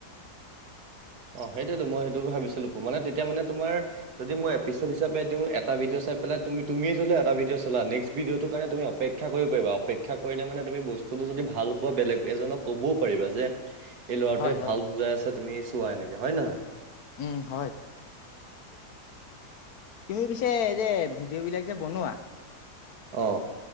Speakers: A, on the right; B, on the left.
A: অঁহ সেইটোৱেতো মই সেইটো ভাবিছিলো, মানে তেতিয়া মানে তোমাৰ যদি মই এপিছড হিচাপে দিওঁ এটা ভিডঅ' চাই পেলাই তুমি তুমি ধৰি লোৱা এটা ভিডিঅ' চালা নেস্ক ভিডিঅটোৰ কাৰণে তুমি অপেক্ষা ক্ষা কৰিব পাৰিবা, অপেক্ষা কৰিলে মানে তুমি বস্তুটো যদি ভাল পোৱা বেলেগ এজনক কবও পাৰিবা যে- এই ল'ৰাটোৱে
B: হয় হয়
A: ভাল বুজাই আছে তুমি চোৱা এনেকে হয় নহয়?
B: উম হয়। তুমি পিছে এযে ভিডিঅ'বিলাক যে বনোৱা
A: অঁ।